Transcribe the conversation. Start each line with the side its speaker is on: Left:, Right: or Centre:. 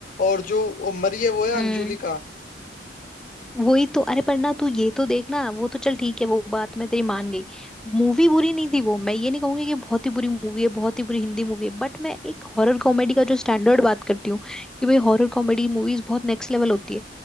Left: और जो मरी है वो है
Centre: हम्म
Left: अंजुलिका
Centre: वही तो अरे पर ना तू ये तो देखना वो तो चल ठीक है वो बात मैं तेरी मान गई मूवी बुरी नहीं थी वो मैं ये नहीं कहूंगी कि बहुत ही बुरी मूवी है बहुत ही बुरी हिंदी मूवी है बट मैं एक हॉरर कॉमेडी का जो स्टैंडर्ड बात करती हूँ कि भाई हॉरर कॉमेडी मूवीज बहुत नेक्स्ट लेवल होती है